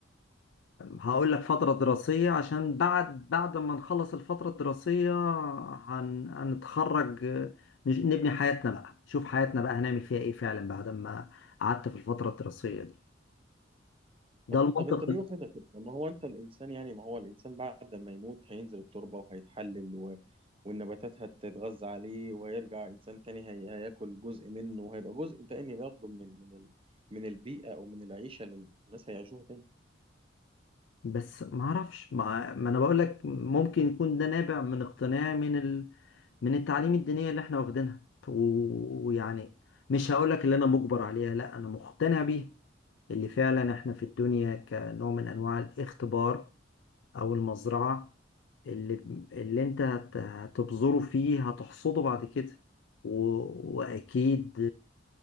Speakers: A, on the left; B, on the right.
A: هقول لك فترة دراسية عشان بعد بعد ما نخلص الفترة الدراسية هن... هنتخرج آه، نج- نبني حياتنا بقى نشوف حياتنا بقى هنعمل فيها ايه فعلا بعد ما قعدت في الفترة الدراسية دي ده
B: طب
A: المنطق
B: طب انت ليه
A: ال-
B: واخدها كده ما هو انت الانسان يعني ما هو الانسان بعد ما يموت هينزل التربة وهيتحلل و... والنباتات هتتغذى عليه وهيرجع انسان تاني هي... هياكل جزء منه وهيبقى جزء تاني برضه من ال... من ال... من البيئة او من العيشة اللي الناس هيعيشوها تاني
A: بس ما اعرفش ما... ما انا بقول لك ممكن يكون ده نابع من اقتناع من ال... من التعليم الدينية اللي احنا واخدينها و- ويعني مش هقول لك اللي انا مجبر عليها لا انا مقتنع بيها اللي فعلا احنا في الدنيا كنوع من انواع الاختبار او المزرعه اللي اللي انت هت- هتبذره فيه هتحصده بعد كده و... واكيد